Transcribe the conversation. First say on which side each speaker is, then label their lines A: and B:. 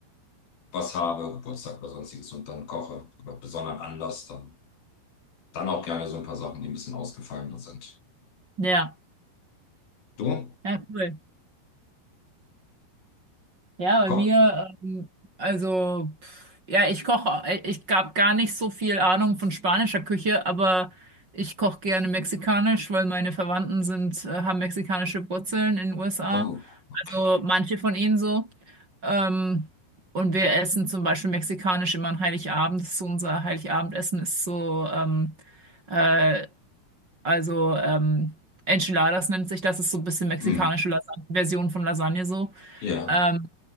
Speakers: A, on the left (about 60°); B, on the right (about 25°).
A: was habe, Geburtstag oder sonstiges und dann koche, oder besonderen Anlass, dann. Dann auch gerne so ein paar Sachen, die ein bisschen ausgefallener sind.
B: Ja.
A: Du?
B: Ja, cool. Ja, bei
A: Komm.
B: mir, ähm, also, pff, ja, ich koche, äh, ich gab gar nicht so viel Ahnung von spanischer Küche, aber ich koche gerne mexikanisch, weil meine Verwandten sind, äh, haben mexikanische Wurzeln in den USA.
A: Oh, okay.
B: Also manche von ihnen so. Ähm, und wir essen zum Beispiel mexikanisch immer an Heiligabend. Das ist so unser Heiligabendessen ist so, ähm, äh, also ähm, Enchiladas nennt sich das, ist so ein bisschen mexikanische
A: Hm.
B: Lasagne, Version von Lasagne so.
A: Ja,
B: Ähm,